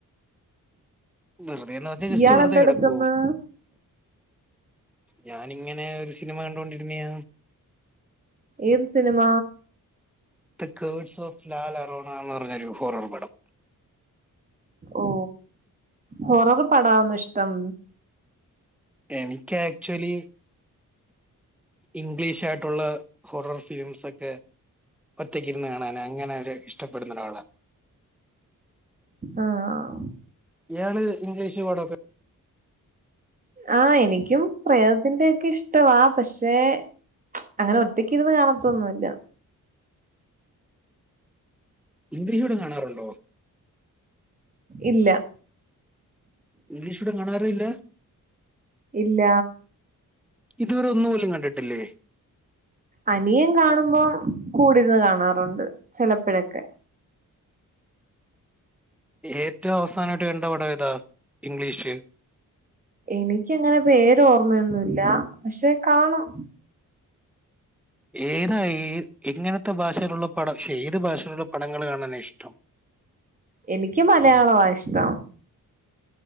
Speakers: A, in the centre; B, on the right (about 25°).
A: വെറുതെന്ന് പറഞ്ഞാ ജസ്റ്റ്
B: ഇയാളെന്തെടുക്കുന്ന്
A: വെറുതെ കിടക്കുവേ ഞാനിങ്ങനെ ഒരു സിനിമ കണ്ടൊണ്ടിരുന്നയ
B: ഏത് cinema
A: the curse of La Llorona ആന്ന് പറഞ്ഞൊരു ഹോറർ പടം
B: ഓ ഹൊറർ പടാവന്ന ഇഷ്ടം
A: എനിക്ക് ആക്ച്വലി ഇംഗ്ലീഷ് ആയിട്ടുള്ള ഹൊറർ ഫിലിംസ് ഒക്കെ ഒറ്റക്കിരുന്ന് കാണാനൻ അങ്ങനെ ഒരു ഇഷ്ടപ്പെടുന്നൊരാള
B: ആഹ്
A: ഇയാള് ഇംഗ്ലീഷ് പടോക്കെ
B: ആഹ് എനിക്കും പ്രേതത്തിന്റെ ഒക്കെ ഇഷ്ട്ടവാ പക്ഷെ അങ്ങനെ ഒറ്റക്കിരുന്ന് കാണത്തൊന്നുവില്ല.
A: ഇംഗ്ലീഷ് പടം കാണാറുണ്ടോ?
B: ഇല്ല
A: ഇംഗ്ലീഷ് പടം കാണാറേ ഇല്ല.
B: ഇല്ല
A: ഇതുവരെ ഒന്നു പോലും കണ്ടിട്ടില്ലേ
B: അനിയൻ കാണുമ്പോ കൂ ഇവിരുന്ന് കാണാറുണ്ട് ചിലപ്പഴൊക്കെ
A: ഏറ്റവും അവസാനായിട്ട് കണ്ട പടം ഏതാ? ഇംഗ്ലീഷ്
B: എനിക്ക് അങ്ങനെ പേര് ഓർമ്മയൊന്നു ഇല്ല പക്ഷെ കാണും
A: ഏതായി എങ്ങനത്തെ ഭാഷയിലുള്ള പടം ശേ ഏത് ഭാഷയിലുള്ള പടങ്ങൾ കാണാനാ ഇഷ്ടം?
B: എനിക്ക് മലയാളവാ ഇഷ്ടം